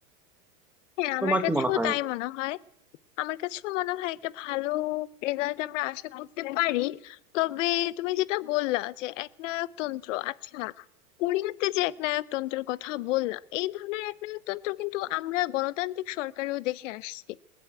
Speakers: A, on the left; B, in the centre.
A: হ্যাঁ
B: তোমার
A: আমার
B: কি
A: কাছেও
B: মনে হয়
A: তাই মনে হয় আমার কাছেও মনে হয় একটা ভালো রেজাল্ট আমরা আশা করতে পারি তবে তুমি যেটা বললা যে একনায়কতন্ত্র আচ্ছা কোরিয়াতে যে একনায়কতন্ত্রের কথা বললা এই ধরনের একনায়কতন্ত্র কিন্তু আমরা গণতান্ত্রিক সরকারেও দেখে আসছি